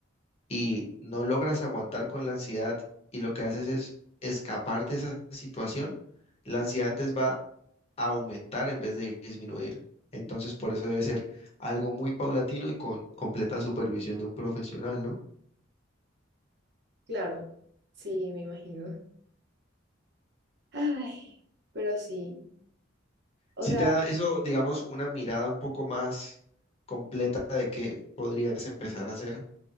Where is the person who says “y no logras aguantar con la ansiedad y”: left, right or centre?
Left